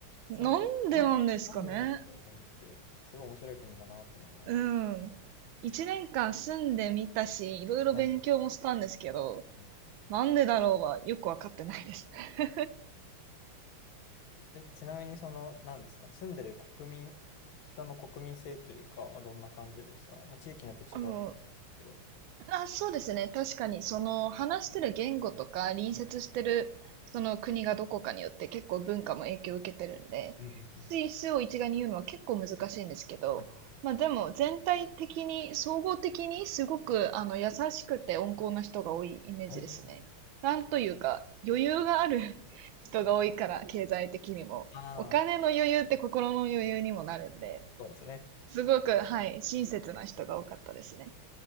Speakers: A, on the left; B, on the right.
A: そん、
B: なんでなんですかね。
A: な、なんでなんだろうと思って。すごい面白い国だなって思ってます。
B: うん。一年間住んでみたし、いろいろ勉強もしたんですけど、
A: はいはい。
B: なんでだろうはよくわかってないです。<laughs>
A: え、ちなみにその、なんですかね。住んでる国民、人の国民性というかはどんな感じでしたまあ、地域によって違うと思うんですけど。
B: うん。あ、そうですね。確かに、その話してる言語とか、隣接してるその国がどこかによって結構文化も影響を受けてるんで、
A: うんうんうん
B: スイスを一概に言うのは結構難しいんですけど、
A: はいはい
B: まあでも全体的に、総合的にすごくあの優しくて温厚な人が多いイメージですね。
A: あー
B: なんというか、余裕がある <laughs> 人が多いから、経済的にも。
A: あー、
B: お金の余裕って心の余裕にもなるんで、
A: そうですね。
B: すごく、はい、親切な人が多かったですね。